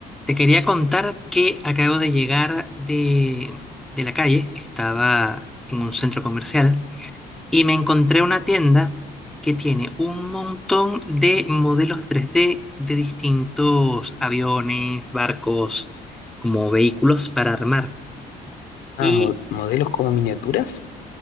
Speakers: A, in the centre; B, on the left.
A: Te quería contar que acabo de llegar de, de la calle, estaba en un centro comercial y me encontré una tienda que tiene un montón de modelos tres d de distintos aviones, barcos, como vehículos para armar
B: Ah,
A: y
B: mo- modelos como miniaturas,